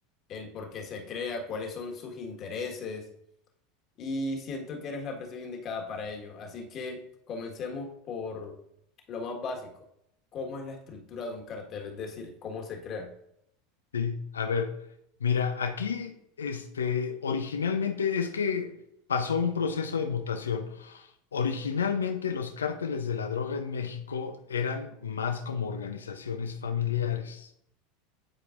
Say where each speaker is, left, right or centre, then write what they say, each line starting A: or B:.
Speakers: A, on the left; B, on the left.
A: el por qué se crea, cuáles son sus intereses. y siento que eres la persona indicada para ello. Así que comencemos por lo más básico. ¿Cómo es la estructura de un cartel? Es decir, ¿cómo se crea?
B: Sí, a ver, mira, aquí este, originalmente es que pasó un proceso de mutación. Originalmente los cárteles de la droga en México eran más como organizaciones familiares.